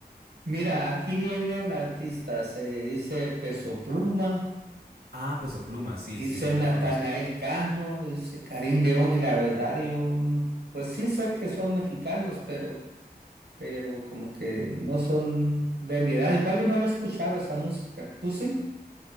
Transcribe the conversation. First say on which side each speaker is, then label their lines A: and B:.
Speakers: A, on the right; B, on the right.
A: Mira, aquí vienen artistas, eh, dice Peso Pluma,
B: Ah, Peso Pluma, sí,
A: dice
B: sí, sí, lo
A: Natanael
B: conozco.
A: Cano, dice Karim León, y la verdad yo, no- pues sí sé que son mexicanos, pero, pero como que no son de mi edad, igual y no la escuchaba esa música. ¿Tú sí?